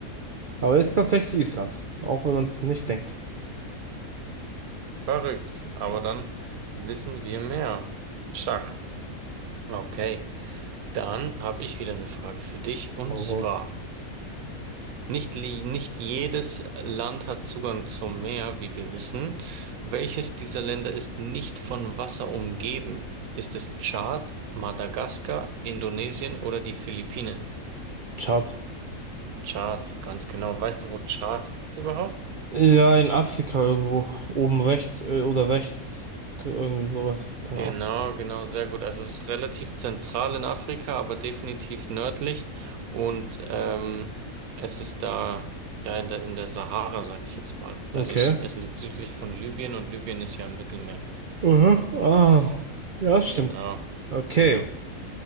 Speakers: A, on the right; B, on the right.
A: Aber es ist tatsächlich Island, auch wenn man es nicht denkt.
B: Verrückt, aber dann wissen wir mehr. Stark. Okay, dann habe ich wieder eine Frage für dich und
A: Aber
B: zwar. Nicht, li- nicht jedes Land hat Zugang zum Meer, wie wir wissen. Welches dieser Länder ist nicht von Wasser umgeben? Ist es Tschad, Madagaskar, Indonesien oder die Philippinen?
A: schade.
B: Tschad, ganz genau. Weißt du, wo Tschad liegt überhaupt?
A: Ja, in Afrika irgendwo, oben rechts äh, oder rechts, irgendwie sowas, keine
B: Genau,
A: Ahnung.
B: genau, sehr gut. Also es ist relativ zentral in Afrika, aber definitiv nördlich. Und ähm, es ist da ja in der in der Sahara, sage ich jetzt mal. Also
A: Okay.
B: es, es liegt südlich von Libyen und Libyen ist ja im Mittelmeer.
A: Mhm. Ah, ja, stimmt.
B: Genau,
A: Okay.
B: genau.